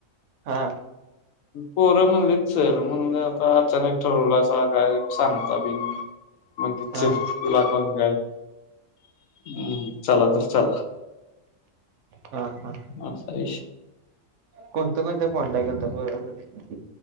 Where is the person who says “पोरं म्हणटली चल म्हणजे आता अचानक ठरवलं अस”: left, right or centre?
Left